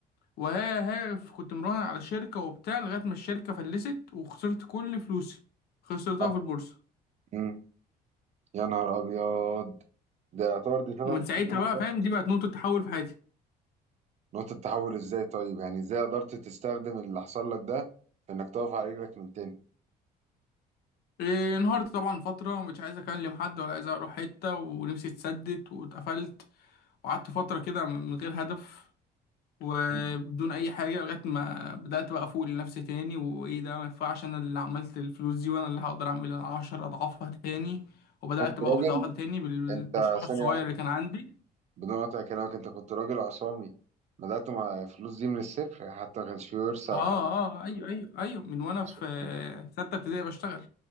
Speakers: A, on the left (about 70°); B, on the right (about 40°).
A: وهي هي كنت مراهن على شركة وبتاع لغاية ما الشركة فلست وخسرت كل فلوسي خسرتها
B: اه
A: في البورصة
B: امم يا نهار ابيض ده يعتبر دي شبه
A: ومن
B: قصتي
A: ساعتها
B: بالظبط
A: بقى فاهم دي بقت نقطة تحول في حياتي
B: نقطه التحول ازاي طيب يعني ازاي قدرت تستخدم اللي حصل لك ده في انك تقف على رجلك من تاني
A: إيه، انهارت طبعا فترة ومش عايز أكلم حد ولا عايز أروح حتة ونفسي اتسدت واتقفلت وقعدت فترة كده من غير هدف وبدون
B: مم.
A: اي حاجه لغايه ما بدات بقى افوق لنفسي تاني وايه ده ما ينفعش انا اللي عملت الفلوس دي وانا اللي هقدر اعمل 10 اضعافها تاني وبدات
B: كنت
A: بقى
B: راجل
A: واحده واحده تاني بالمشروع
B: انت
A: الصغير
B: ثانيه واحده
A: اللي كان عندي
B: بدون قطع كلامك انت كنت راجل عصامي بدأت مع فلوس دي من الصفر حتى ما كانش فيه ورثة
A: اه
B: أو
A: اه
B: حاجة
A: آه، ايوه ايوه ايوه من وانا
B: ما
A: في
B: شاء الله
A: سته ابتدائي بشتغل